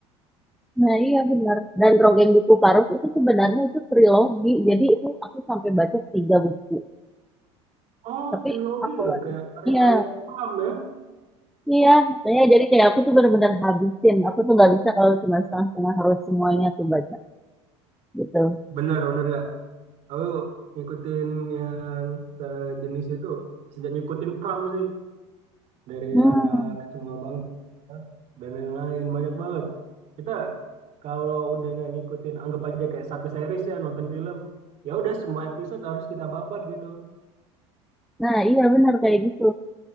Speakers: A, in the centre; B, on the right.
A: Nah, iya benar. Dan Rogen Duku Paruk itu sebenarnya itu trilogi. Jadi itu aku sampai baca tiga buku.
B: Oh,
A: Tapi
B: trilogi
A: aku
B: ya? kayak karya-karya
A: iya,
B: Pram ya?
A: iya. Makanya jadi kayak aku tuh benar-benar habisin. Aku tuh nggak bisa kalau cuma setengah-setengah harus semuanya aku baca gitu.
B: Bener, bener gak? Aku ngikutin yang sejenis itu, sejak ngikutin Pram sih. dari
A: Hmm.
B: anak semua bangsa dan lain-lain banyak banget kita kalau udah nggak ngikutin anggap aja kayak satu series ya nonton film ya udah semua episode harus kita babat gitu
A: Nah, iya benar kayak gitu.